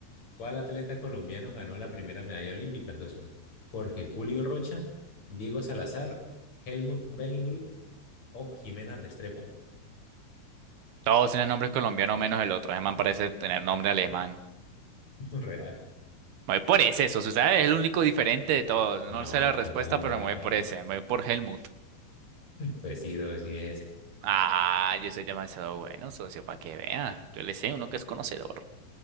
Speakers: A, on the left (about 45°); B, on the right (about 80°).
A: ¿Cuál atleta colombiano ganó la primera medalla olímpica, socio? Jorge Julio Rocha, Diego Salazar, Helmut Bellingrud o Jimena Restrepo.
B: todos tienen nombres colombianos menos el otro, ese man parece tener nombre alemán.
A: <laughs> Real.
B: Me voy por ese, eso, ¿sabes? Es el único diferente de todos. No
A: No,
B: sé la respuesta,
A: pues está como
B: pero
A: raro.
B: me voy por ese. Me voy por Helmut.
A: Pues sí, socio, sí es
B: Ah, yo soy demasiado bueno, socio, para que vea. Yo le sé, uno que es conocedor.